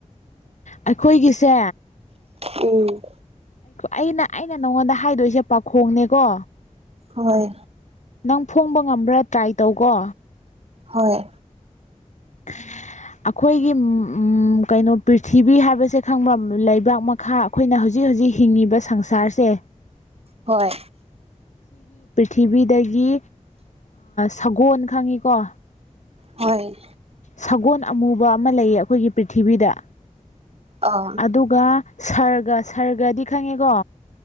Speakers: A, on the left; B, on the right.
A: ꯑꯩꯈꯣꯏꯒꯤꯁꯦ
B: ꯎꯝ
A: ꯑꯩꯅ ꯑꯩꯅ ꯅꯪꯉꯣꯟꯗ ꯍꯥꯏꯗꯣꯏꯁꯦ ꯄꯥꯈꯣꯡꯅꯦꯀꯣ
B: ꯍꯣꯏ
A: ꯅꯪ ꯐꯣꯡꯕ ꯉꯝꯕ꯭ꯔꯥ ꯇ꯭ꯔꯥꯏ ꯇꯧꯀꯣ
B: ꯍꯣꯏ
A: <inaudible> ꯑꯩꯈꯣꯏꯒꯤ ꯎꯝ ꯑꯝ ꯍꯝ ꯀꯩꯅꯣ ꯄ꯭ꯔꯤꯊꯤꯕꯤ ꯍꯥꯏꯕꯁꯦ ꯈꯪꯕ ꯂꯩꯕꯥꯛ ꯃꯈꯥ ꯑꯩꯈꯣꯏꯅ ꯍꯧꯖꯤꯛꯖꯤ ꯍꯧꯖꯤꯛ ꯍꯤꯡꯉꯤꯕ ꯁꯪꯁꯥꯔꯁꯦ
B: ꯍꯣꯏ
A: ꯄ꯭ꯊꯤꯕꯤꯗꯒꯤ ꯁꯒꯣꯜ ꯑꯥ ꯈꯪꯉꯤꯀꯣ
B: ꯍꯣꯏ
A: ꯁꯒꯣꯜ ꯑꯃꯨꯕ ꯑꯃ ꯂꯩꯌꯦ ꯑꯩꯈꯣꯏꯒꯤ ꯄ꯭ꯔꯤꯊꯤꯕꯤꯗ
B: ꯑꯥ
A: ꯑꯗꯨꯒ ꯁꯔꯒ ꯁꯔꯒꯗꯤ ꯈꯪꯉꯤꯀꯣ